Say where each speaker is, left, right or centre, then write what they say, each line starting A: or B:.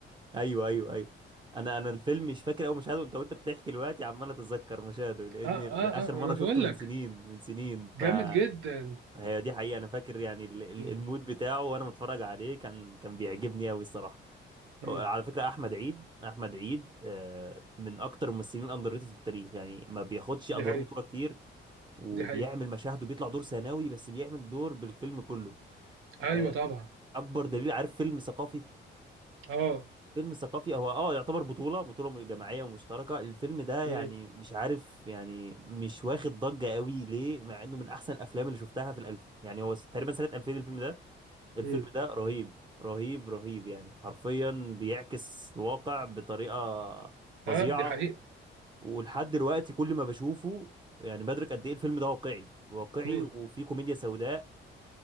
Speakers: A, on the right; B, on the right.
A: ايوه ايوه ايوه انا انا الفيلم مش فاكر اول مشاهده انت وانت بتحكي دلوقتي عمال اتذكر مشاهده لان
B: اه اه
A: اخر
B: اه وانا
A: مره شفته
B: بقول
A: من
B: لك
A: سنين من سنين
B: جامد
A: فهي
B: جدا
A: دي حقيقه انا فاكر يعني ال- ال-
B: مم.
A: المود بتاعه وانا متفرج عليه كان كان بيعجبني قوي الصراحه
B: مم.
A: على فكره احمد عيد احمد عيد آه، من اكتر الممثلين الاندر ريتد في التاريخ يعني ما بياخدش
B: دي
A: ادوار
B: حقيقة
A: بطوله كتير وبيعمل
B: دي حقيقة
A: مشاهده بيطلع دور ثانوي بس بيعمل دور بالفيلم كله آه،
B: ايوه طبعا
A: اكبر دليل عارف فيلم ثقافي
B: اه
A: فيلم ثقافي هو اه يعتبر بطولة بطولة جماعية ومشتركة الفيلم ده
B: مم.
A: يعني مش عارف يعني مش واخد ضجة قوي ليه مع انه من احسن الافلام اللي شفتها في الالف يعني هو تقريبا سنة 2000 الفيلم ده الفيلم
B: مم.
A: ده رهيب رهيب رهيب يعني حرفيا بيعكس الواقع بطريقة فظيعة
B: اه دي حقيقة
A: ولحد دلوقتي كل ما بشوفه يعني بدرك قد ايه الفيلم ده واقعي واقعي
B: مم.
A: وفيه كوميديا سوداء